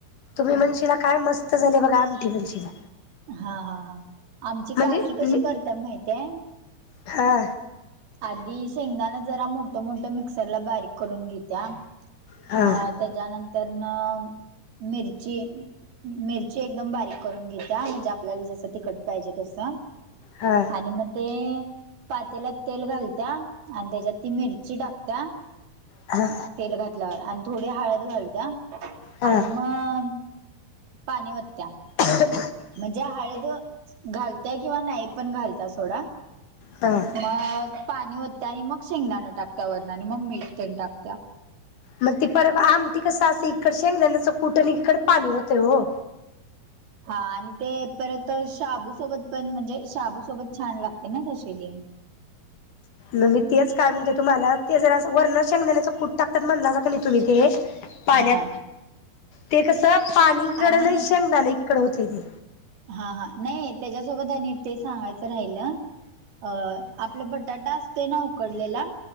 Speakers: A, on the left; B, on the right.
A: तुम्ही म्हणशीला, काय मस्त झालेय बघा आमटी, म्हणशीला.
B: हा, हा, हा. आमची
A: म्हणजे
B: काकी, कशी करतेया माहित्याय?
A: हा
B: आधी, शेंगदानं जरा मोठं- मोठं मिक्सरला बारीक करून घेत्या
A: हा
B: म त्याज्यानंतरनं मिरची, मिरची एकदम बारीक करून घेत्या. मग आपल्याला जसं तिकट पाहिजे तसं
A: हा.
B: आणि म ते पातेल्यात तेल घालत्या. आन् त्याज्यात ती मिरची टाकत्या
A: हा.
B: तेल घातल्यावर. आन थोडी हळद घालत्या.
A: हा
B: आणि मग पाणी वतत्या.
A: <inaudible>
B: म्हणजे हळद, घालत्याय किंवा नाही. पण घालत्या, सोडा.
A: हा
B: अ पाणी ओतत्या आणि मग शेंगदाण टाकत्या वरणं. अन् म मीठ तेण टाकत्या.
A: म ती परत आमटी कसं, असं इकड शेंगदाण्याचा कुट आणि एकीकडं पाणी होतंय ओ.
B: हा आणि ते परत शाबूसोबत पण म्हणजे, शाबूसोबत छान लागते ना, तशी तेन.
A: म मी तेच काय म्हणते तुम्हाला. ते जर असं, वरण शेंगदाण्याचं कूट टाकतात म्हणलाजा का नाही, तुम्ही ते पाण्यात.
B: हा
A: ते कसं, पाणी एकीकड
B: आणि
A: अन शेंगदानं एकीकडे होतय ते.
B: हा, हा. नाही त्याच्यासोबत आणि एक ते सांगायचं राहिलं अ, आपला बटाटा असतोय ना, उकडलेला.